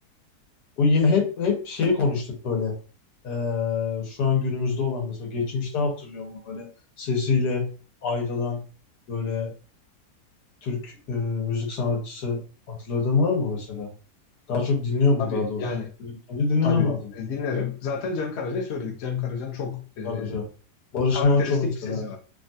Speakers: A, on the left; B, on the left.
A: Bu ye- hep hep şey konuştuk böyle. E, şu an günümüzde olan mesela geçmişte hatırlıyor mu böyle sesiyle ayrılan böyle Türk e, müzik sanatçısı hatırladığın var mı mesela? Daha çok dinliyor mu
B: Tabii
A: daha doğrusu?
B: yani
A: Önce dinlemen
B: tabii
A: lazım
B: E, dinlerim. Zaten Cem Karaca'yı söyledik. Cem Karaca'nın çok e,
A: Karaca. Barış
B: karakteristik
A: Manço mesela.
B: bir sesi var.